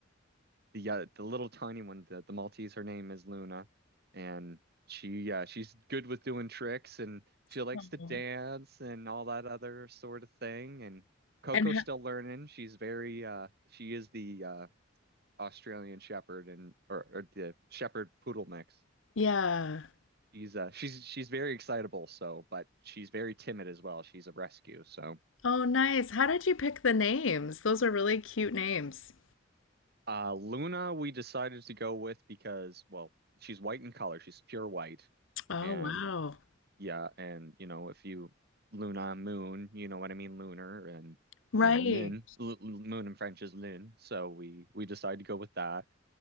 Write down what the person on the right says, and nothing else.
the uh, the little tiny one, the the Maltese, her name is Luna, and she yeah, she's good with doing tricks and she likes
to dance and all that other sort of thing. And Coco's
still learning. She's very uh she is the uh Australian Shepherd and or, or the Shepherd Poodle mix.
She's uh she's she's very excitable, so but she's very timid as well. She's a rescue, so
uh Luna we decided to go with because well, she's white in color. She's pure white
and
Yeah, and you know, if you Luna moon, you know what I mean, lunar and
and lin l l- moon in French is lin, so we we decided to go with that.